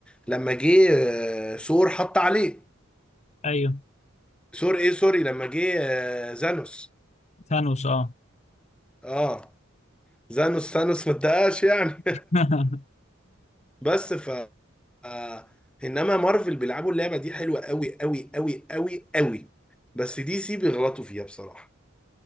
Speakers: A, in the centre; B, on the left.
A: لما جه آه، ثور حط عليه
B: ايوه
A: ثور ايه سوري لما جه آه، زانوس
B: ثانوس اه
A: اه زانوس ثانوس ما اتدقاش يعني
B: <laughs>
A: <laughs> بس ف آه، انما مارفل بيلعبوا اللعبه دي حلوه قوي قوي قوي قوي قوي بس دي سي بيغلطوا فيها بصراحه